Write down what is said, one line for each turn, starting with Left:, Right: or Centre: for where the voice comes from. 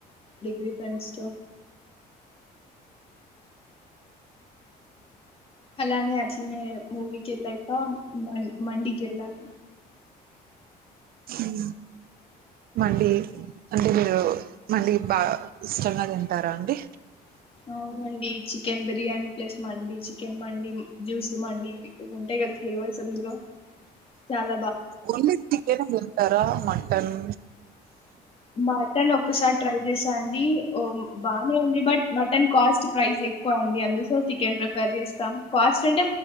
Left: డిగ్రీ ఫ్రండ్స్ తో అలానే అట్లనే మూవీకెళ్ళాక మన్ మండీకెళ్ళాం
Right: హ మండీ అంటే మీరు మండీ బా ఇష్టంగా తింటారా అండి
Left: అవునండి చికెన్ బిర్యానీ ప్లస్ మండి చికెన్ మండి జ్యూసీ మండి ఇవుంటయి గదా ఫ్లేవర్ సందులో చాల
Right: ఒన్లీ చికెన్ దొరుకుతార మటన్
Left: మటన్ ఒక్కసారి ట్రై చేసా అండి బానే ఉంది బట్ మటన్ కాస్ట్ ప్రైస్ ఎక్కువ అండి అందుసో చికెన్ ప్రిఫర్ చేస్తాం కాస్ట్ అంటే